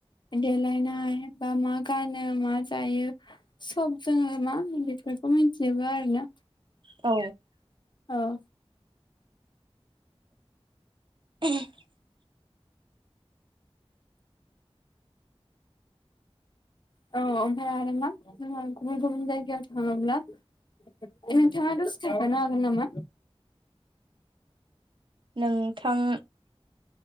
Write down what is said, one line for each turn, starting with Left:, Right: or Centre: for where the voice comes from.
Left: देलायनाय बा मा गानो मा जायो सब जोङो मा बिफोर खौ मिनथियोबा आरोना
Right: औ
Left: औ
Right: <unintelligible>
Left: औ ओमफाय आरो मा जोङा गुबुन गुबुन जायगायाव थाङोब्ला नोंथाङा दसे थाथनो हागोन नामा
Right: नों थां